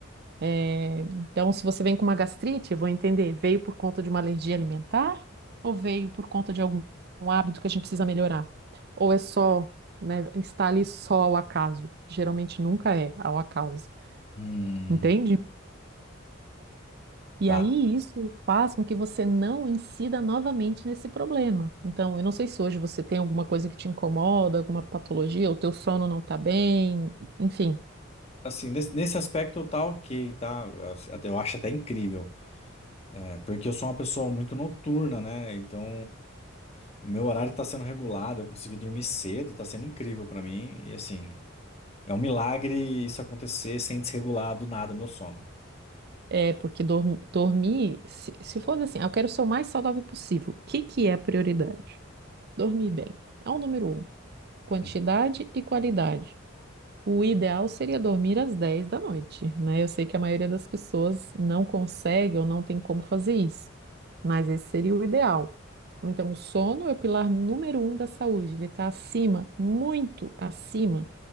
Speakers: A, on the right; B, on the left.
A: É, então, se você vem com uma gastrite, eu vou entender, veio por conta de uma alergia alimentar ou veio por conta de algum hábito que a gente precisa melhorar? Ou é só, né, está ali só ao acaso? Geralmente nunca é ao acaso,
B: hum,
A: entende? E
B: tá.
A: aí isso faz com que você não incida novamente nesse problema. Então, eu não sei se hoje você tem alguma coisa que te incomoda, alguma patologia, o teu sono não está bem, enfim.
B: Assim, nesse, nesse aspecto tá ok, tá? assim, Até- Eu acho até incrível. É, porque eu sou uma pessoa muito noturna, né? Então, meu horário tá sendo regulado, eu consegui dormir cedo, tá sendo incrível pra mim. E assim, É um milagre isso acontecer sem desregular do nada meu sono.
A: É, porque dorm- dormir, se, se for assim, ah, eu quero ser o mais saudável possível. O que que é prioridade? Dormir bem. É o número um. Quantidade
B: Hum.
A: e qualidade. O ideal seria dormir às 10 da noite, né? Eu sei que a maioria das pessoas não consegue ou não tem como fazer isso, mas esse seria o ideal. Então, o sono é o pilar número um da saúde. Ele está acima, muito acima